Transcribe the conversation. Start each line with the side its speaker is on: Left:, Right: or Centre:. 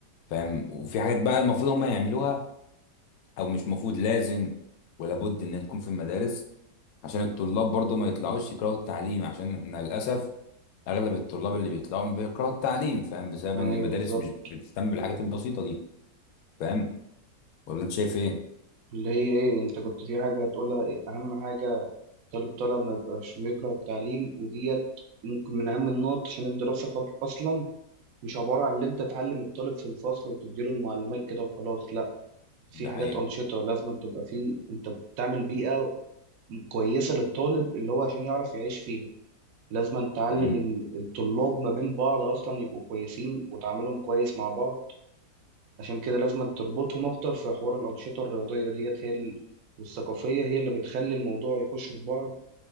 Left: فاهم وفي حاجات بقى المفروض هم يعملوها او مش مفروض لازم ولا بد انها تكون في المدارس عشان الطلاب برضو ما يطلعوش يكرهوا التعليم عشان احنا للاسف اغلب الطلاب اللي بيطلعوا بيكرهوا التعليم فاهم بسبب
Right: أيوه
Left: ان المدارس
Right: بالظبط
Left: مش بتهتم بالحاجات البسيطه دي فاهم ولا انت شايف ايه
Right: اللي هي إيه أنت كنت في حاجة هتقولها إيه؟ أهم حاجة طالب طالع ما بيبقاش بيكره التعليم وديت ممكن من أهم النقط عشان الدراسة خط- أصلا مش عبارة عن إن أنت تعلم الطالب في الفصل وتديله المعلومات كده وخلاص لأ في
Left: ده
Right: حاجات
Left: حقيقه
Right: أنشطة لازم تبقى فيه أنت بتعمل بيئة كويسة للطالب اللي هو عشان يعرف يعيش فيها لازم تعلم
Left: امم
Right: ال- الطلاب ما بين بعض أصلا يبقوا كويسين وتعاملهم كويس مع بعض عشان كده لازم تربطهم أكتر في حوار الأنشطة الرياضية ديت هي ال- والثقافية هي اللي بتخلي الموضوع يخش في بعض